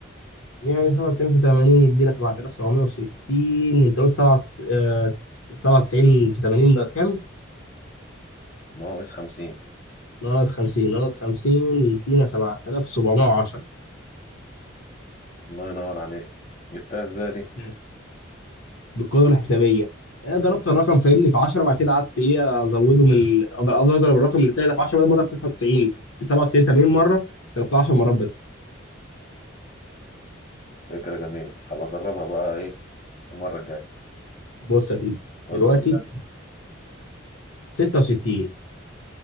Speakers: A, on the left; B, on the left.
A: يعني 97 في 80 يدينا 7760 انت قلت 97 في 80 ناقص كام؟
B: ناقص خمسين
A: ناقص 50 ناقص 50 يدينا 7710
B: الله ينور عليك جبتها ازاي دي
A: ماشي بالقدرة الحسابية آه، ضربت الرقم فاهمني في 10 بعد كده قعدت ايه ازوده من اقدر أقدر اضرب الرقم اللي طلع ده في 10 بدل ما اضرب 99 في 97 80 مرة ضربتها 10 مرات بس
B: فكرة جميلة هبقى أجربها بقى إيه المرة الجاية
A: بص يا سيدي
B: قول
A: دلوقتي
B: لي كده
A: 66